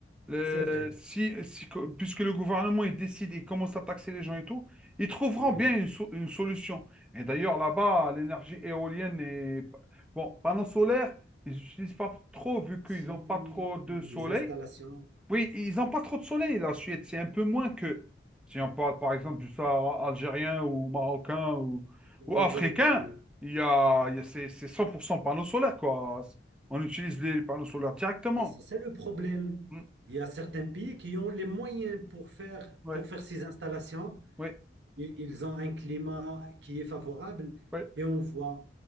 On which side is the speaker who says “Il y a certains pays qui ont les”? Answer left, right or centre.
Right